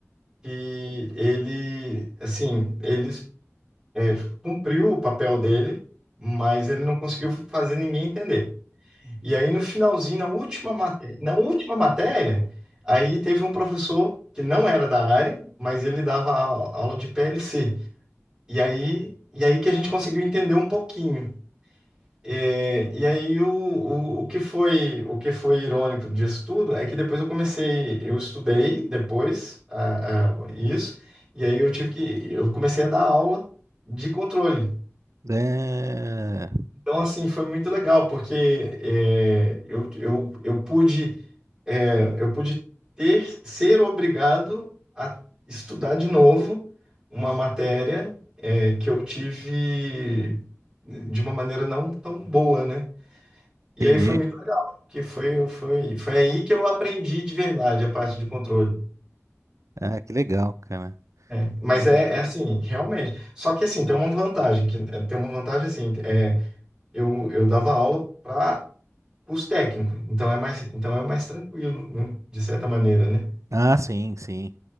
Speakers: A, on the right; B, on the right.
A: que ele, assim, ele é, cumpriu o papel dele, mas ele não conseguiu fazer ninguém entender. E aí no finalzinho, na última matéria, na última matéria, aí teve um professor que não era da área, mas ele dava a- aula de PLC. E aí, e aí que a gente conseguiu entender um pouquinho. É, e aí o, o, o que foi o que foi irônico disso tudo é que depois eu comecei, eu estudei depois ah, ah, isso, e aí eu tive que, eu comecei a dar aula de controle.
B: É,
A: Então, assim, foi muito legal, porque é, eu, eu, eu pude, é, eu pude ter, ser obrigado a estudar de novo uma matéria, é, que eu tive de uma maneira não tão boa, né? E
B: entendi.
A: aí foi muito legal, que foi, foi, foi aí que eu aprendi de verdade a parte de controle.
B: Ah, que legal, cara.
A: É, mas
B: Então-
A: é, é assim, realmente. Só que assim, tem uma vantagem, que é, tem uma vantagem assim, é, eu, eu dava aula para curso técnico. Então é mais, então é mais tranquilo, né? De certa maneira, né?
B: Ah, sim, sim.